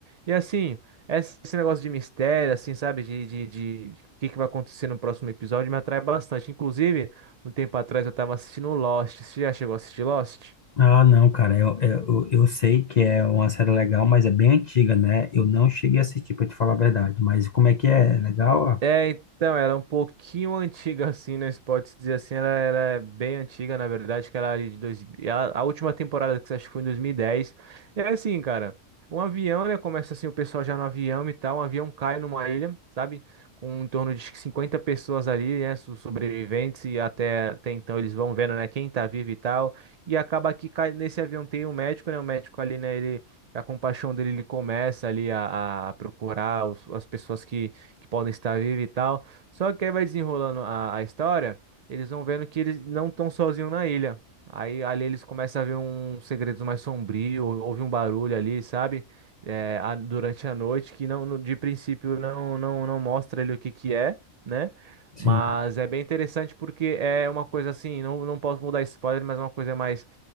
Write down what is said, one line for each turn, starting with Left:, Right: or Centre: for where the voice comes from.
Right: E assim, esse esse negócio de mistério, assim, sabe? De, de, de, de o que que vai acontecer no próximo episódio me atrai bastante. Inclusive, um tempo atrás eu tava assistindo Lost. Você já chegou a assistir Lost?
Left: Ah, não, cara, eu, eu, eu sei que é uma série legal, mas é bem antiga, né? Eu não cheguei a assistir, pra te falar a verdade. Mas como é que é? É Legal? Ah,
Right: É, então, ela é um pouquinho <laughs> antiga, assim, né? Se pode se dizer assim, ela, ela é bem antiga, na verdade, que ela é ali de dois... ela- a última temporada que você acho que foi em 2010. É assim, cara, um avião, né? Começa assim, o pessoal já no avião e tal, um avião cai numa ilha, sabe? Com em torno de 50 pessoas ali, né? so- Sobreviventes, e até, até então eles vão vendo, né? Quem tá vivo e tal. E acaba que cai, nesse avião tem um médico, né? O médico ali, né? Ele, a compaixão dele, ele começa ali a, a procurar os- as pessoas que que podem estar vivos e tal. Só que aí vai desenrolando a, a história, eles vão vendo que eles não estão sozinhos na ilha. Aí ali eles começam a ver uns segredos mais sombrios, houve um barulho ali, sabe? É, a- durante a noite, que não, no- de princípio não, não, não mostra ele o que que é, né?
Left: Sim,
Right: Mas é bem interessante porque é uma coisa assim, não, não posso mudar spoiler, mas é uma coisa mais,